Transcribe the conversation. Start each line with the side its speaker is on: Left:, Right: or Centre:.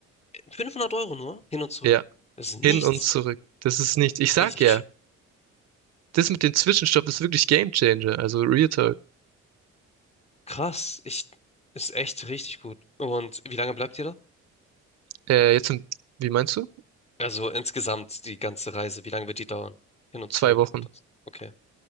Left: 500 Euro nur, hin und zurück.
Right: Ja,
Left: Das ist nichts.
Right: hin und zurück. Das ist nicht, ich sag
Left: Richtig
Right: ja,
Left: cheap.
Right: das mit dem Zwischenstopp ist wirklich Game Changer. Also Real Talk.
Left: Krass, ich ist echt richtig gut. Und wie lange bleibt ihr da?
Right: Äh, jetzt, in, wie meinst du?
Left: Also insgesamt die ganze Reise, wie lange wird die dauern? Hin und
Right: Zwei
Left: zurück
Right: Wochen.
Left: und das. Okay.